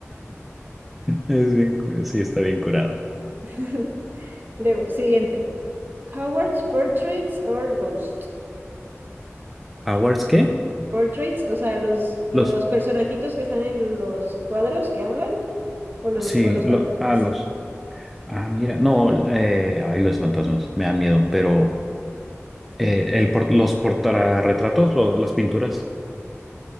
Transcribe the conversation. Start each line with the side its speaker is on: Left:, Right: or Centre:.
Centre: Es bien, cu- sí, está bien curado.
Right: <laughs> Luego, siguiente. Howard's Portraits or Ghost.
Centre: ¿Howards qué?
Right: Portraits, o sea, los, los
Centre: Los,
Right: personajitos que están en los cuadros que hablan o los,
Centre: sí,
Right: o los
Centre: lo,
Right: fantasmas.
Centre: ah, los. Ah, mira, no, eh, ay, los fantasmas, me da miedo, pero eh, el por- los portarretratos, lo- las pinturas.